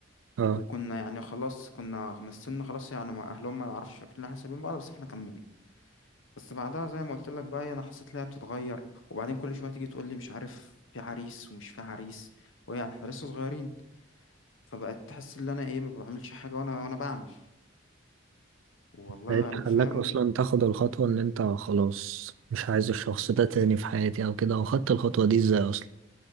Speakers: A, on the right; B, on the left.
A: اه
B: وكنا يعني خلاص كنا مثلنا خلاص يعني مع اهلهم ما نعرفش فاكرين ان احنا سايبين بعض بس احنا كملنا بس بعدها زي ما قلت لك بقى هي انا حسيت ان هي بتتغير وبعدين كل شويه تيجي تقول لي مش عارف في عريس ومش في عريس ويعني احنا لسه صغيرين فبقت تحس ان انا ايه ما بعملش حاجه وانا وانا بعمل والله
A: ايه اللي
B: يعني فاهم
A: خلاك اصلا
B: و...
A: تاخد الخطوة ان انت خلاص مش عايز الشخص ده تاني في حياتي او كده او خدت الخطوة دي ازاي اصلا